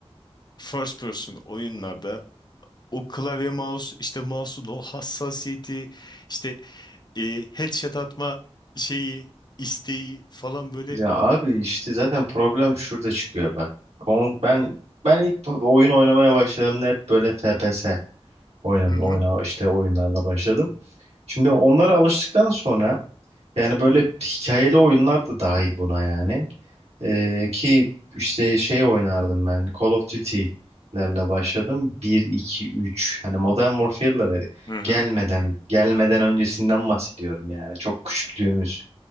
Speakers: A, on the left; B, on the right.
A: first person oyunlarda o klavye mouse işte mouse'un o hassasiyeti işte e, headshot atma şeyi isteği falan böyle
B: Ya abi işte zaten problem şurada çıkıyor bak. Kon- Ben ben ilk oyun oynamaya başladığımda hep böyle FPS oynam
A: hı hı,
B: oyna işte oyunlarla başladım. Şimdi onlara alıştıktan sonra yani böyle hikayeli oyunlar da dahil buna yani. Ee, ki işte şey oynardım ben. Call of Duty'lerle başladım. bir iki üç Hani Modern Warfare'lere
A: hı hı.
B: gelmeden, gelmeden öncesinden bahsediyorum yani. Çok küçüklüğümüz.